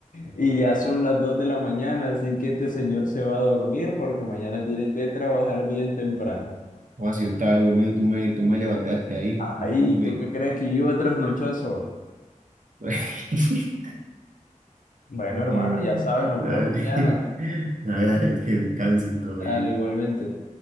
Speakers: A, on the left (about 85°); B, on the right (about 75°).
A: y ya son las 2 de la mañana, así que este señor se va a dormir porque mañana tiene que trabajar bien temprano.
B: O si yo estaba durmiendo, tú me, tú me levantaste ahí.
A: Ay,
B: Hombre.
A: ¿tú qué crees que yo iba a trasnochar solo?
B: <laughs>
A: Bueno,
B: <laughs>
A: hermano,
B: Dale.
A: ya sabes, nos vemos mañana.
B: <laughs> Nada, que descanse, todo
A: Dale,
B: bien.
A: igualmente.